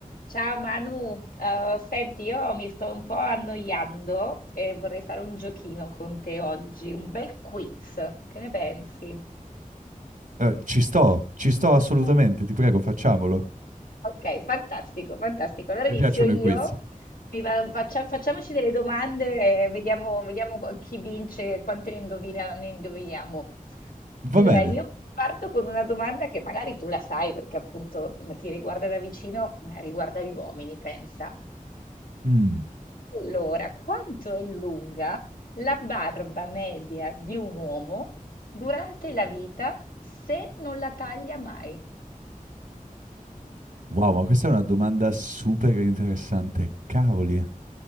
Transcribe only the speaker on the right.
Eh, ci sto, ci sto assolutamente,
ti prego, facciamolo.
Mi piacciono
i quiz.
Va
bene.
Mm,
Wow, ma questa è una domanda super interessante. Cavoli.